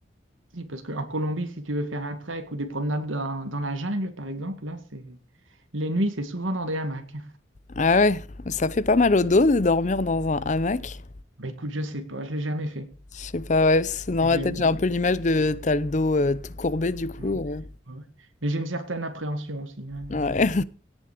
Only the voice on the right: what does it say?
Si, parce qu'en Colombie, si tu veux faire un trek ou des promenades dans, dans la jungle, par exemple, là, c'est les nuits, c'est souvent dans des hamacs.
Bah écoute, je sais pas, je l'ai jamais fait.
Je-
Ouais.
ouais. Mais j'ai une certaine appréhension aussi. hein, non,
je...